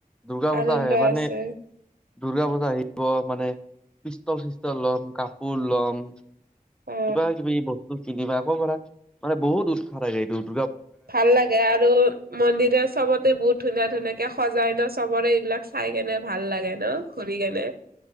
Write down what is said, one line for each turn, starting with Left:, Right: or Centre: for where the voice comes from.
Centre: দুৰ্গা পূজা
Right: আনন্দ
Centre: আহে মানে
Right: আছে
Centre: দুৰ্গা পূজা আহিব মানে, পিষ্টল চিষ্টল লম কাপোৰ লম কিবা
Right: অ
Centre: কিবি বস্তু কিনিবা আকৌ পৰা মানে বহুত উৎসাহ থাকে এইটোত
Right: ভাল লাগে আৰু মন্দিৰে চবতে বহুত ধুনীয়া ধুনীয়াকে সজাই ন চবৰে এইবিলাক চাই কেনে ভাল লাগে ন ঘূৰি কেনে